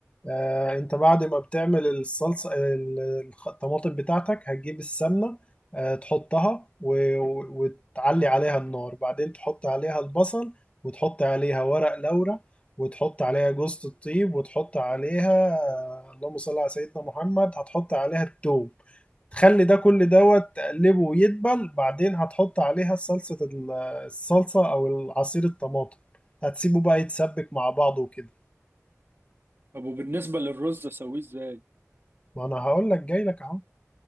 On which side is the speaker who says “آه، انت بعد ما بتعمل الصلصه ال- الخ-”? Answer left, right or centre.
Left